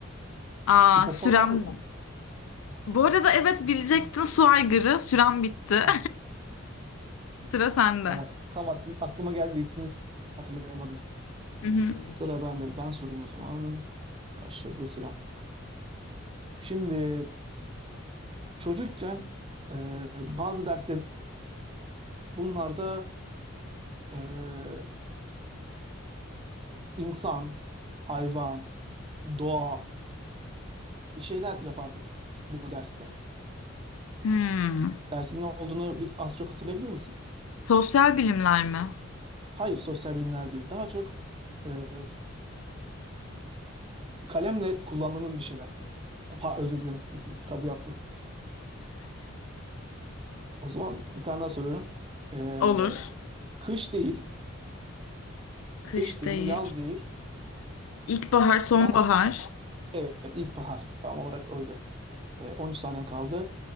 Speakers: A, on the left; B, on the right.
A: Aa
B: Hipopotam
A: sürem. Bu arada evet bilecektin su aygırı. Sürem bitti.
B: ah,
A: <laughs> Sıra sende.
B: tamam tam aklı- aklıma geldi de isminiz hatırlayamadım.
A: Hı hı.
B: Sıra bende. Ben sorayım o zaman. Başladı süren. Şimdi çocukken e, bazı derslerimiz bunlarda e, insan, hayvan, doğa bir şeyler yapardık bu derste.
A: Hmm.
B: Dersin ne olduğunu bir, az çok hatırlayabilir misin?
A: Sosyal bilimler mi?
B: Hayır, sosyal bilimler değil. Daha çok e, kalemle kullandığımız bir şeyler. Ha, özür dilerim. <laughs> Tabu yaptım. O zaman bir tane daha soruyorum. Ee,
A: Olur.
B: kış değil,
A: Kış
B: kış değil,
A: değil.
B: yaz değil.
A: İlkbahar, sonbahar.
B: Bana evet ilkbahar tam olarak oydu. Ee, on üç saniyem kaldı.